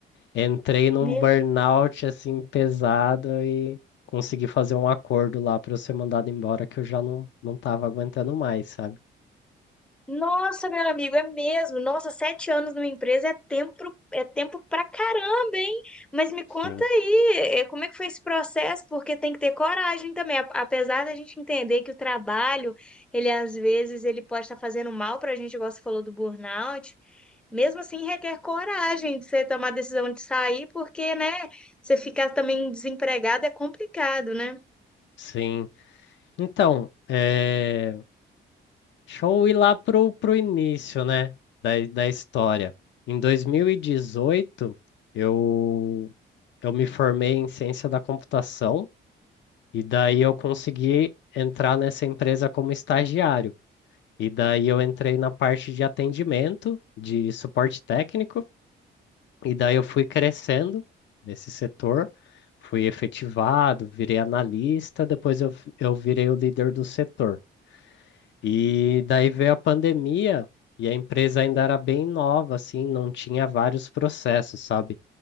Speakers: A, on the left; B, in the centre.
A: entrei num
B: Meu
A: burnout assim pesado e consegui fazer um acordo lá para eu ser mandado embora que eu já não, não tava aguentando mais, sabe?
B: Nossa, meu amigo, é mesmo. Nossa, sete anos numa empresa é tempo, é tempo pra caramba, hein? Mas me conta
A: Sim.
B: aí, eh, como é que foi esse processo? Porque tem que ter coragem também. A- Apesar da gente entender que o trabalho, ele às vezes ele pode estar fazendo mal pra gente, igual você falou do burnout. Mesmo assim, requer coragem de você tomar a decisão de sair, porque, né, você ficar também desempregado é complicado, né?
A: Sim. Então, é... deixa eu ir lá pro, pro início, né, da, da história. Em 2018, eu, eu me formei em ciência da computação e daí eu consegui entrar nessa empresa como estagiário. E daí eu entrei na parte de atendimento, de suporte técnico, e daí eu fui crescendo nesse setor, fui efetivado, virei analista, depois eu, eu virei o líder do setor. E daí veio a pandemia e a empresa ainda era bem nova, assim, não tinha vários processos, sabe?